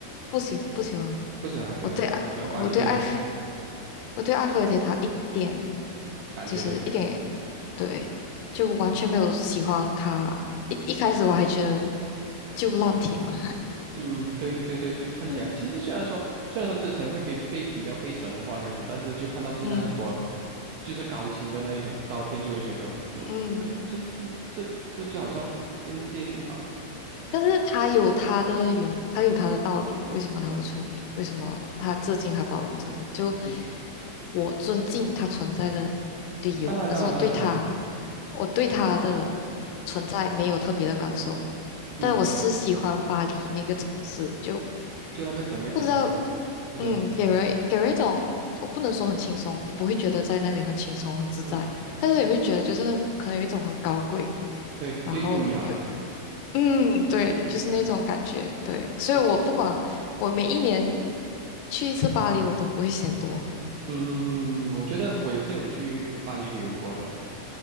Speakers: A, on the left; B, on the right.
A: 不喜不喜欢，
B: 不喜欢埃菲尔铁塔，
A: 我对我对埃菲
B: 你喜欢巴黎的原因是
A: 我对埃菲尔铁塔一点
B: 感觉都没有。
A: 就是一点也对，就完全没有喜欢它。一一开始我还觉得就烂铁嘛，
B: 嗯嗯，对对对，就看起来，
A: <laughs> 嗯
B: 其实虽然说虽然说之前会被被比较被神化这样子，但是就看到现在很多
A: 嗯。
B: 就是高清的那一种照片，就会觉得，嗯，
A: 嗯
B: 这个这就这这就好像电电讯塔，
A: 但是他有他的原，他有他的道理，为什么他会出名？为什么他至今还保留着？
B: 嗯。
A: 就
B: 嗯。
A: 我尊敬他存在的理由，
B: 当然，
A: 但是我对他，
B: 当然，当然，当然，
A: 我对他的存在没有特别的感受，
B: 嗯，
A: 但我是喜欢巴黎那个城市，就
B: 就那个整个景象嘛，
A: 不知道，
B: 就是，
A: 嗯，给人给人一种，我不能说很轻松，你不会觉得在那里很轻松很自在，
B: 嗯，
A: 但是你会觉得就是可能有一种很高贵。
B: 对，
A: 然后有
B: 就优雅嘛，
A: 嗯，对，
B: 嗯，就优雅。
A: 就是那种感觉，对，所以我不管，
B: 我是，
A: 我每一年去一次巴黎，我都不会嫌多。
B: 嗯，我觉得我也是有去巴黎旅游过的，
A: 嗯